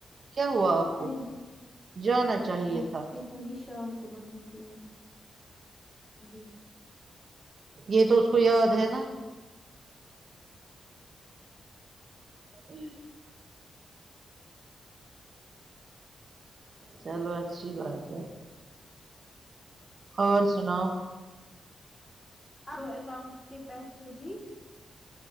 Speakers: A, on the right; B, on the left.
A: کیا ہوا آپ کو
B: ارے
A: جانا چاہیے
B: میں
A: تھا
B: دیکھوں گی شام کو مت نکلوں گی جی
A: یہ تو اس کو یاد ہے نا ہ چلو اچھی بات ہے اور سناو
B: دو اکاؤنٹس کے پیسے بھی